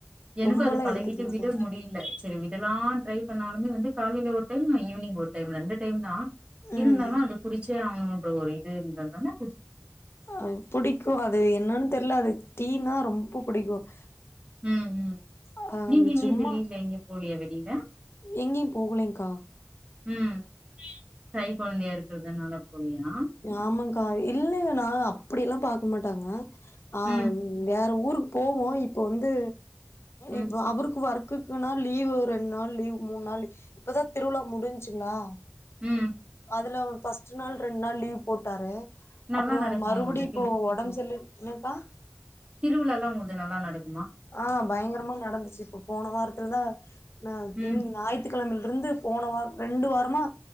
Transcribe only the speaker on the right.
எனக்கும்
அது பழகிட்டு
விட முடியல சரி விடலாம் ட்ரை பண்ணாலுமே வந்து காலையில ஒரு டைம் நான் ஈவினிங் ஒரு டைம் ரெண்டு டைம் தான்
இருந்தாலும் அது குடிச்சே ஆவனும் பன்ற ஒரு இதுனா
ம் ம்
நீங்க எங்க
இந்த லீவ்ல எங்கயு போலியா வெளியில
ம் கை குழந்தையா இருக்கிறதுனால புலியா
ம்
ம்
ம்
நல்லா
நடக்குமா
உங்கள்து
திருவிழாலா உங்கள்து நல்லா நடக்
ம்